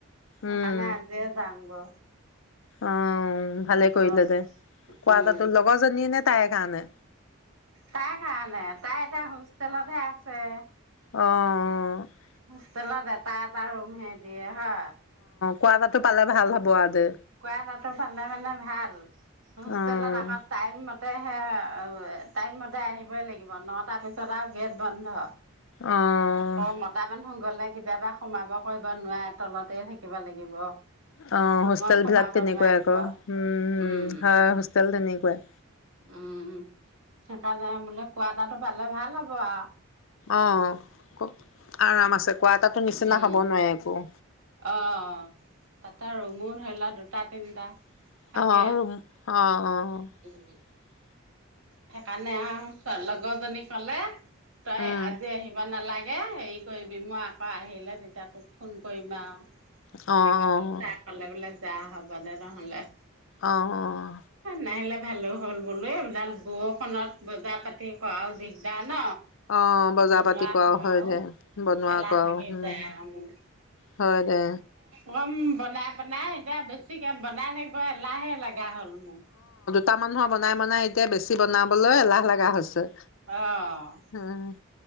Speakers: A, on the left; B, on the right.
A: উম,
B: সেইকাৰণে আজিয়ে যাম গৈ।
A: অ' ভালে
B: গৈ
A: কৰিলে দে কোৱাতাৰতো
B: উম
A: লগৰজনী এনে তাইৰ কাৰণে।
B: তাইৰ কাৰণে তাই এতিয়া হোমষ্টেলতহে আছে।
A: অঁ, অঁ,
B: হোষ্টেলত এটা- এটা ৰুম হে দিয়ে। হা।
A: কোৱাৰটো পালে ভাল হ'ব আৰু। দে।
B: কোৱাৰটো পালে মানে ভাল হোষ্টেলত
A: অ',
B: আকৌ টাইম ম তাতে সে টাইমতে আহিবই লাগিব ন তাৰ পিছত আৰু গেট বন্ধ।
A: অ',
B: আকৌ মতা মানু্হ। গ'লে কেতিয়াবা সোমাব কৰিব নোৱাৰে তলতে থাকিব লাগিব
A: অ'
B: ৰুমত
A: হোষ্টেল
B: সোমাব
A: বিলাক তেনেকুৱাই
B: নোৱাৰিব
A: আকৌ উমম
B: উম
A: হয় হোষ্টেল তেনেকুৱাই তেনেকুৱাই
B: উম সেইকাৰণে বোলে কোৱা দাটো পালে ভাল হ'ব আৰু।
A: অ' ক আৰাম আছে কোৱা এটাাতো নিচিনা
B: উম
A: হব নোৱাৰে একো
B: অ ' তাতে ৰমন ধৰিলা দুদিন তাত তিনিটা
A: অ'
B: থাকে
A: অ'
B: উম সেইকাৰণে আৰু লগৰজনী ক'লে। তই
A: উম।
B: আজি আহিব নালাগে। তাকে হেৰি কৰিবি মই আকৌ আহিলে তেতিয়া তোক ফোন কৰিম আৰু। তেনেকে
A: অ', অ',
B: তাই কলে বোলে যা হ'ব দে নহ'লে।
A: অ 'অ
B: নাহিলে ভালো হ'ল বোলো এডাল। বৰষুত বজাৰ পাতি কৰাও দিগদাৰ। ন
A: অ', বজাৰ
B: বনোৱা
A: পাতি কৰাও
B: খোৱা
A: হয়
B: আৰু
A: দে। বনোৱা
B: এলাহ
A: কৰাও
B: লাগি
A: উম,
B: যায় আৰু মোৰ।
A: হয় দে।
B: কম বনাই বনাই এতিয়া বেছিকে বনাই থাকিব এ লাহে লাগে। গা হ'ল মোৰ
A: তা মানুহৰ বনাই মানাই এতিয়া বেছি বনাম। ক'লৈ এলাহ লগা হৈছে।
B: অ'
A: অ',